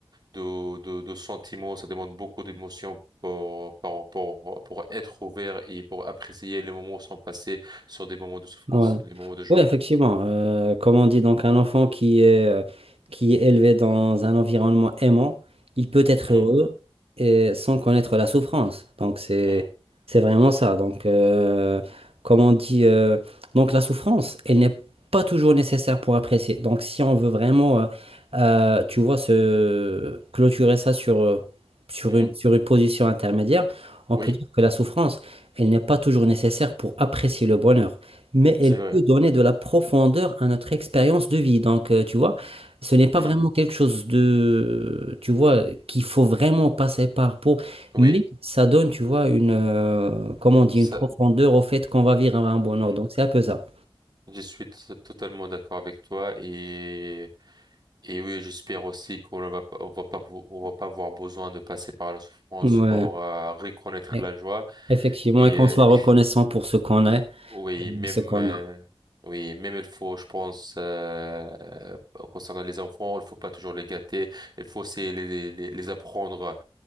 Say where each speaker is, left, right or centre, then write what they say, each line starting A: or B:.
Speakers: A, on the right; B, on the right.
A: de de de sentiments ça demande beaucoup d'émotions. Pour, pour, pour, pour être ouvert et pour apprécier les moments sans passer sur des moments de souffrance,
B: Ouais.
A: les moments de joie.
B: Ouais, effectivement. euh, comme on dit, donc un enfant qui est, euh, qui est élevé dans un environnement aimant, il peut être
A: Hmm,
B: heureux et sans connaître la souffrance. Donc c'est
A: hmm,
B: c'est vraiment ça. Donc euh, comme on dit, euh, donc la souffrance, elle n'est pas toujours nécessaire pour apprécier. Donc si on veut vraiment, euh, euh, tu vois, se clôturer ça sur euh, sur
A: hmm.
B: une sur une position intermédiaire, on
A: Oui,
B: peut dire que la souffrance, elle n'est pas toujours nécessaire pour apprécier le bonheur mais
A: c'est
B: elle
A: vrai.
B: peut donner de la profondeur à notre expérience de vie. Donc, euh, tu vois, ce n'est pas
A: Hmm.
B: vraiment quelque chose de, tu vois, qu'il faut vraiment passer par pour,
A: Oui,
B: mais ça donne, tu vois, une, euh, comment on dit,
A: ça,
B: une profondeur au fait qu'on va vivre un un bonheur.
A: hmm,
B: Donc, c'est un peu ça.
A: je suis t- totalement d'accord avec toi et et oui, j'espère aussi qu'on ne va pas, on va pas, vo- on va pas avoir besoin de passer par la souffrance
B: Ouais,
A: pour euh, reconnaître
B: e-
A: la joie
B: effectivement,
A: et
B: et qu'on
A: euh,
B: soit
A: <laughs>
B: reconnaissant pour ce qu'on est
A: Oui,
B: et
A: même,
B: ce qu'on
A: euh,
B: a.
A: oui, même il faut, je pense, euh, euh, concernant les enfants, il faut pas toujours les gâter. Il faut c'est les, les, les apprendre